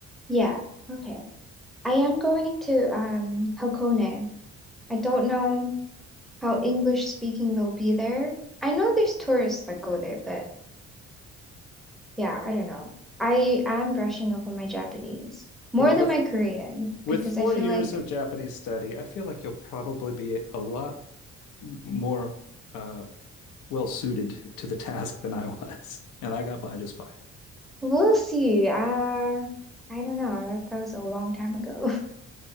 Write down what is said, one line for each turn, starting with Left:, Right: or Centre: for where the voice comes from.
Centre: Yeah. Okay. I am going to um Hakone. I don't know how English speaking they'll be there. I know there's tourists that go there, but yeah, I don't know. I am brushing up on my Japanese more
Left: Well,
Centre: than
Left: with
Centre: my Korean
Left: with
Centre: because
Left: four
Centre: I feel
Left: years
Centre: like
Left: of Japanese study, I feel like you'll probably be a lot more uh, well suited to the task than I was, and I got by just fine.
Centre: we'll see. Uh, I don't know. That, that was a long time ago. <laughs>